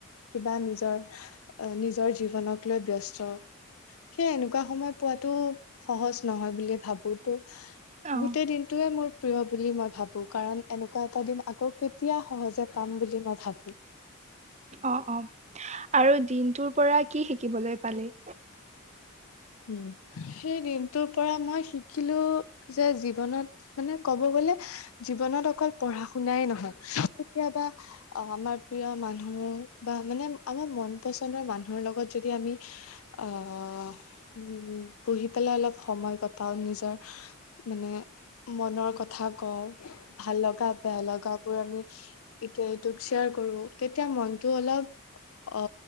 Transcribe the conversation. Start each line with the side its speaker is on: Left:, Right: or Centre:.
Left: কিবা নিজৰ নিজৰ জীৱনক লৈ ব্যস্ত সেই এনেকুৱা সময় পোৱাতো সহজ নহয় বুলিয়েই ভাবো
Right: অ
Left: গোটেই দিনটোয়ে মোৰ প্ৰিয় বুলি মই ভাবোঁ কাৰণ এনেকুৱা এটা দিন আকৌ কেতিয়া সহজে পাম বুলি মই ভাবোঁ
Right: অ, অ, আৰু দিনটোৰ পৰা কি শিকিবলৈ পালি?
Left: উম, সেই দিনটোৰ পৰা মই শিকিলো যে জীৱনত মানে ক'ব গ'লে জীৱনত অকল পঢ়া শুনাই নহয় কেতিয়াবা অ, আমাৰ প্ৰিয় মানুহ বা মানে আমাৰ মন পচন্দৰ মানুহৰ লগত যদি আমি আহ, উ, বহি পেলাই অলপ সময় কটাও নিজৰ মানে মনৰ কথা কওঁ ভাল লগা বেয়া লগাবোৰ আমি ইটোয়ে সিটোক শ্বেয়াৰ কৰো তেতিয়া মনটো অলপ অ,